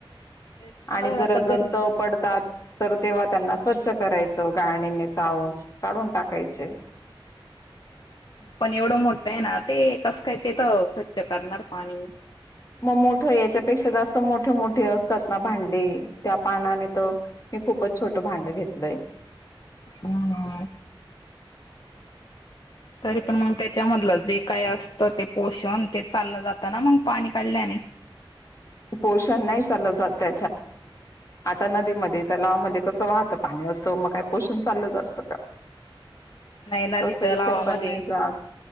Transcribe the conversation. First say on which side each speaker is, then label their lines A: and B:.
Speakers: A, on the left (about 55°); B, on the left (about 35°).
A: तेच तर
B: आणि जर
A: आता
B: जंत
A: घरी
B: पडतात तर तेव्हा त्यांना स्वच्छ करायचं गायणीने चाळून काढून टाकायचे.
A: पण एवढं मोठं आहे ना ते कसं काय ते तर स्वच्छ करणार पाणी
B: मग मोठं याच्यापेक्षा जास्त मोठे मोठे असतात ना भांडे त्या पानाने तर मी खूपच छोटं भांडं घेतलंय.
A: हम ह. तरी पण मग त्याच्यामधलं जे काय असत ते पोषण ते चाललं जातं ना मग पाणी काढल्याने
B: पोषण नाही चाल जात त्या आता नदी तला पाणी असतं मग काय पोषण चाललं जातं का?
A: नाही नदीथ
B: तसं इथे
A: लावामध्ये
B: पण नाही जात